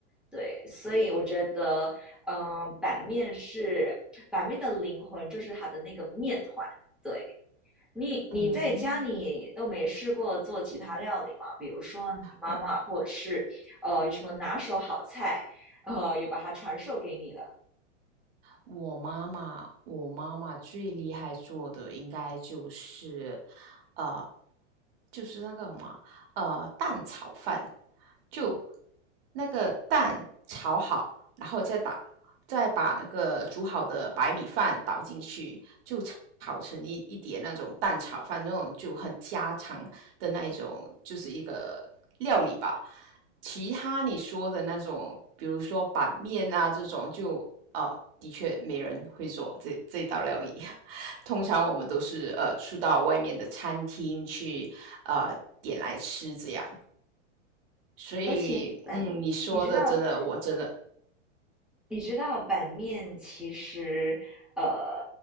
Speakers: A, in the centre; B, on the right.
A: 对，所以我觉得，嗯，呃版面是版面的灵魂，就是它的那个面团。对你，你在家里都没试过做其他料理吗？
B: 嗯，
A: 比如说你妈妈，
B: 我
A: 或者是呃有什么拿手好菜，呃有把它传授给你的。
B: 我妈妈，我妈妈最厉害做的应该就是，呃，就是那个什么，呃，蛋炒饭。就那个蛋炒好，然后再打，再把那个煮好的白米饭倒进去，就炒成一一碟那种蛋炒饭，那种就很家常的那一种，就是一个料理吧。其他你说的那种，比如说板面啊这种，就呃，的确没人会做这这一道料理。<laughs> 通常我们都是呃出到外面的餐厅去呃点来吃这样。所以，
A: 而且本，
B: 嗯，你说的真的，
A: 你知道
B: 我真的
A: 你知道板面其实，呃